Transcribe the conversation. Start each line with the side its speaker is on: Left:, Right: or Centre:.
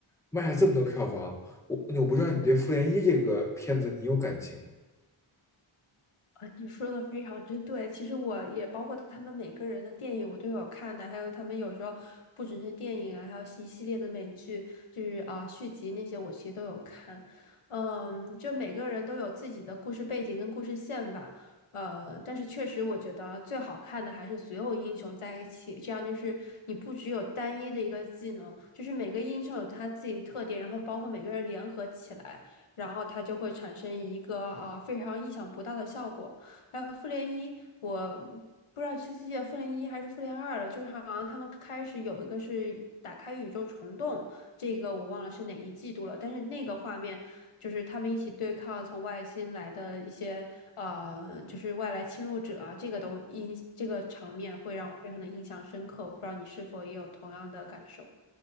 Centre: 卖了这么多票房，我我不知道你对《复联一》这个片子你有感情吗？
Left: 啊，你说的非常之对。其实我也包括他们每个人的电影，我都有看的，还有他们有时候不只是电影啊，还有一系列的美剧，就是啊、续集那些，我其实都有看。嗯，就每个人都有自己的故事背景跟故事线吧。呃，但是确实，我觉得最好看的还是所有英雄在一起，这样就是你不只有单一的一个技能，就是每个英雄有他自己的特点，然后包括每个人联合起来，然后它就会产生一个啊非常意想不到的效果。还有复联一，我不知道这季复联一还是复联二了，就是好像他们开始有一个是打开宇宙虫洞，这个我忘了是哪一季度了，但是那个画面就是他们一起对抗从外星来的一些呃，就是外来侵入者啊，这个东印这个场面会让我非常的印象深刻，我不知道你是否也有同样的感受。